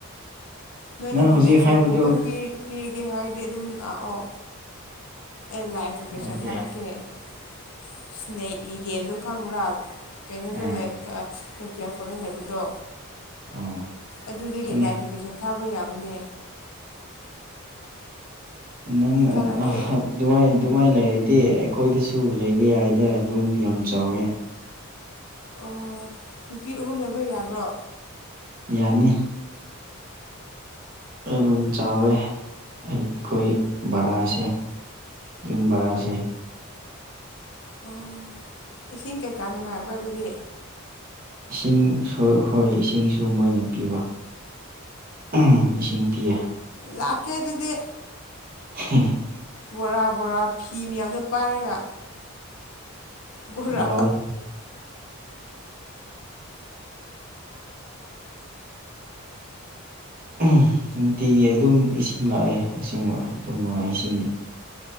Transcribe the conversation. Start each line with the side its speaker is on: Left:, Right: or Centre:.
Left: ꯅꯣꯏꯅ
Right: ꯅꯪ ꯍꯧꯖꯤꯛ
Left: ꯗꯣꯅꯦꯁꯟꯒꯨꯝꯕ
Right: ꯍꯥꯏꯕꯗꯨ
Left: ꯄꯤꯔꯤꯒꯦ ꯍꯥꯏꯔꯗꯤ ꯑꯗꯨꯝ ꯂꯥꯛꯑꯣ ꯑꯩ ꯂꯥꯏꯚ ꯂꫭꯀꯦꯁꯟ
Right: ꯂꯩꯒꯦ
Left: ꯊꯥꯔꯛꯀꯦꯁꯟ ꯊꯥꯔꯛꯀꯦ ꯁ꯭ꯅꯦꯛꯀꯤ ꯒꯦꯝꯗꯣ ꯈꯪꯕ꯭ꯔꯥ ꯀꯩꯅꯣꯗꯣ
Right: ꯑꯥ
Left: ꯂꯩ ꯅꫭꯀꯤ꯭ꯌꯥ ꯐꯣꯟꯗ ꯂꯩꯕꯗꯣ
Right: ꯑꯣ
Left: ꯑꯗꯨꯗꯒꯤ
Right: ꯈꯪꯉꯦ
Left: ꯂꯥꯏꯐ ꯂꫭꯀꯦꯁꯟ ꯊꯥꯕ ꯌꯥꯕꯅꯦ
Right: ꯅꯪ
Left: ꯊꯥꯔꯛꯀꯦ
Right: ꯑꯗꯨꯋꯥꯏꯗꫭ ꯃꯥꯏꯅ ꯂꯩꯔꯗꯤ ꯑꯩꯈꯣꯏꯗꯁꯨ ꯂꯩꯕ ꯌꯥꯏꯗ ꯂꯨꯝ ꯌꯥꯝ ꯆꯥꯎꯋꯦ
Left: ꯑꯣ ꯅꯨꯄꯤ ꯑꯍꯨꯝ ꯂꯩꯕ ꯌꯥꯕ꯭ꯔꯣ
Right: ꯌꯥꯅꯤ ꯑꯗꯨꯨꯝ ꯆꯥꯎꯋꯦ ꯑꯩꯈꯣꯏ ꯕꯔꯥꯁꯦ ꯌꯨꯝ ꯕꯔꯥꯁꯦ
Left: ꯑꯣ ꯏꯁꯤꯡ ꯀꯩꯀꯥ ꯅꯨꯡꯉꯥꯏꯕ꯭ꯔꯥ ꯑꯗꯨꯗꯤ
Right: ꯏꯁꯤꯡ ꯍꯣꯏ ꯏꯁꯤꯡꯁꯨ ꯃꯣꯏꯅ ꯄꯤꯕ ꯎꯝ ꯏꯁꯤꯡ ꯄꯤꯌꯦ
Left: ꯂꯥꯛꯀꯦ ꯑꯗꯨꯗꯤ
Right: ꯍ
Left: ꯕꯣꯔꯥ ꯕꯣꯔꯥ ꯐꯤ ꯃꯌꯥꯝꯗꯣ ꯄꯥꯏꯔꯒ ꯕꯣꯔꯥ
Right: ꯂꯧꯑꯣ <unintelligible> ꯅꯨꯡꯇꯤꯒꯤ ꯑꯗꯨꯝ ꯏꯁꯤꯡ ꯂꯥꯛꯑꯦ ꯑꯁꯦꯡꯕ ꯑꯗꯨ ꯅꯨꯡꯉꯥꯏ ꯏꯁꯤꯡꯗꯤ